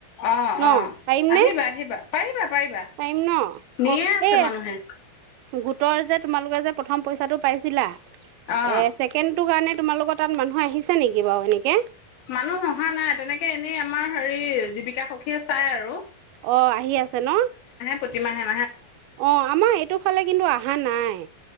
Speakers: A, on the left; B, on the right.
A: অ',
B: ন
A: অ'
B: পাৰিম
A: আহিবা,
B: নে
A: আহিবা, পাৰিবা, পাৰিবা।
B: পাৰিম ন
A: নিয়ে
B: অ
A: আছে
B: এই
A: মানুহে
B: গো তই যে তোমালোকে যে প্ৰথম পইচাটো পাইছিলা এ
A: অ
B: ছেকেণ্ড টো কাৰণে তোমালোকৰ তাত মানুহ আহিছে নেকি বাৰু এনেকে?
A: মানুহ অহা নাই তেনেকে এনেই আমাৰ হেৰি জীৱিকা সখীয়ে চাই আৰু।
B: অ' আহি আছে ন?
A: পতিমাহে
B: অ' আমাৰ এইটো ফালে কিন্তু অহা নাই।